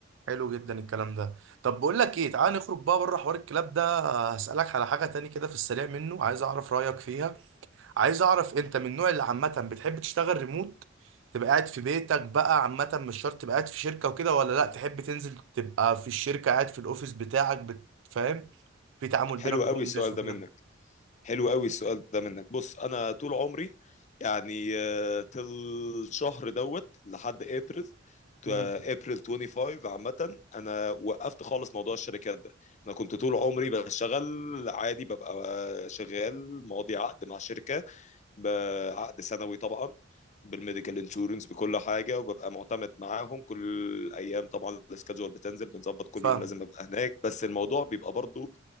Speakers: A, on the right; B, on the left.
A: حلو جدا الكلام ده طب بقول لك ايه تعال نخرج بقى بره حوار الكلاب ده آه، هسألك على حاجة تاني كده في السريع منه عايز اعرف رأيك فيها عايز اعرف انت من النوع اللي عامه بتحب تشتغل ريموت تبقى قاعد في بيتك بقى عامه مش شرط تبقى قاعد في شركه وكده ولا لا تحب تنزل تبقى في الشركه قاعد في الاوفيس بتاعك بت- فاهم في تعامل بينك
B: حلو
A: وبين
B: قوي السؤال
A: الناس وكده
B: ده منك حلو قوي السؤال ده منك بص انا طول عمري يعني آه، تل شهر دوت لحد ابريل
A: امم
B: آه، ابريل 25 عامة انا وقفت خالص موضوع الشركات ده انا كنت طول عمري بشتغل عادي ببقى آه، شغال ماضي عقد مع شركة بعقد سنوي طبعا بالميديكال انشورنس بكل حاجة وببقى معتمد معاهم كل ايام طبعا السكادجول بتنزل بنظبط كل
A: فاهم
B: يوم لازم ابقى هناك بس الموضوع بيبقى برضو